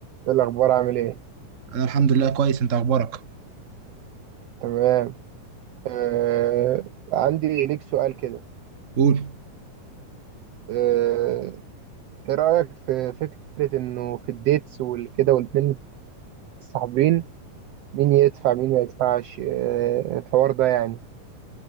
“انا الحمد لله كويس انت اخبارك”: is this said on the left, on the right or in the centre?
Right